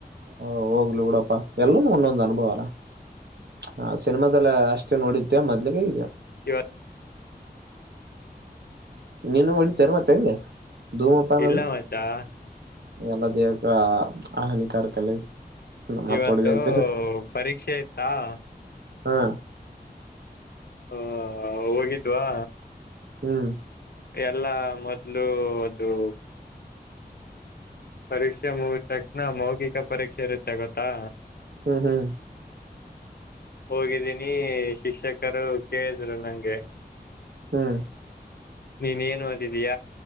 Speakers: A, on the right; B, on the left.
A: ಹಾ ಹೋಗ್ಲಿ ಬಿಡಪ್ಪಾ ಎಲ್ಲಾ ಒಂದೊಂದ್ ಅನುಭವ ಅಲ್ವಾ. ಹಾ ಸಿನಿಮಾದಲ್ಲ ಅಷ್ಟೇ ನೋಡಿದೇವ ಮೊದ್ಲಿಗೆ ಈಗ
B: ಇವತ್
A: ನಿನ್ನ ಹೊಡಿತಾರೆ ಮತ್ತೆ ಧೂಮಪಾನ
B: ಇಲ್ಲ
A: ಅದು.
B: ಮಚ್ಚಾ
A: ಎಲ್ಲ ದೇಹಕ್ಕ ಹಾನಿಕಾರಕಲ್ಲ. ಮತ್
B: ಇವತ್ತು
A: ಹೊಡದಿ ಅಂತೇನೆ
B: ಪರೀಕ್ಷೆ ಇತ್ತ ಹಾ.
A: ಹಾ
B: ಹಾ ಹೋಗಿದ್ವಾ.
A: ಹ್ಮ್
B: ಎಲ್ಲಾ ಮೊದ್ಲು ಅದು. ಪರೀಕ್ಷೆ ಮುಗಿದ್ ತಕ್ಷಣ ಮೌಖಿಕ ಪರೀಕ್ಷೆ ಇರುತ್ತೆ ಗೊತ್ತಾ..
A: ಹ್ಮ್ ಹ್ಮ್
B: ಹೋಗಿದ್ದೀನಿ ಶಿಕ್ಷಕರು ಕೇಳಿದ್ರು ನಂಗೆ.
A: ಹ್ಮ್
B: ನೀನ್ ಏನ್ ಓದಿದಿಯ